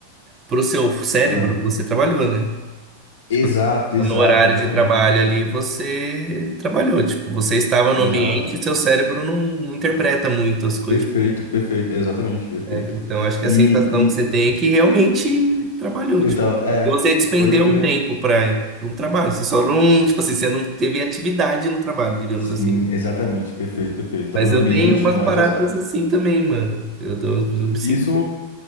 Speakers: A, on the right; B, on the left.
A: pro seu cérebro,
B: Ah.
A: você trabalhou, né? Tipo,
B: Exato,
A: no
B: exato,
A: horário
B: exatamente.
A: de trabalho ali, você trabalhou. Tipo, você estava
B: Exato.
A: no ambiente e seu cérebro não, não interpreta muito as coisas,
B: Perfeito, perfeito, exatamente, perfeito.
A: né? Então, acho que
B: E,
A: a sensação que você
B: e
A: tem é que realmente trabalhou,
B: eu
A: tipo.
B: tava, é,
A: E você despendeu
B: pode crer.
A: um tempo para um trabalho. Você só não, tipo assim, você não teve atividade no trabalho, digamos
B: Sim,
A: assim.
B: exatamente. Perfeito, perfeito. Tava
A: Mas
B: no
A: eu
B: ambiente
A: tenho umas
B: e tudo mais,
A: paradas
B: exato.
A: assim também, mano. Eu, tô, eu me sinto,
B: Isso,